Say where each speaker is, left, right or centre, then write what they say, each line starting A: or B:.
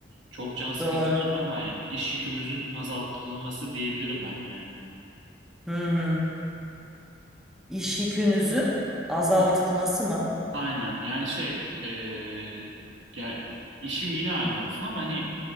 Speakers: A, on the right (about 85°); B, in the centre.
A: Çok can sıkıcı
B: Doğru.
A: şeyler var yani. İş yükümüzün azaltılması diyebilirim ben yani.
B: Hı hı. İş yükünüzün azaltılması
A: İş-
B: mı?
A: Aynen yani şey eee ya işim yine aynı olsun ama hani